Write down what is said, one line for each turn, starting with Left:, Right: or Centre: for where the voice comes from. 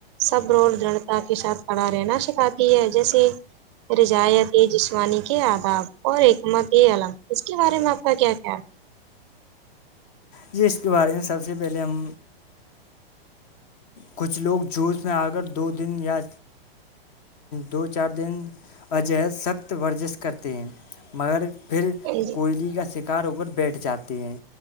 Right: سب رول درھتا کے ساتھ کھڑا رہنا سکھاتی ہے جیسے رجایت جسمانی کے آداب اور اکمت عم اس کے بارے میں آپ کا کیا خیال ہے
Left: جی اس کے بارے میں سب سے پہلے ہم کچھ لوگ جوس میں آ کر دو دن یا دو چار دن عجہد سخت ورزش کرتے ہیں مگر پھر
Right: جی
Left: کوئلی کا شکار ہو کر بیٹھ جاتے ہیں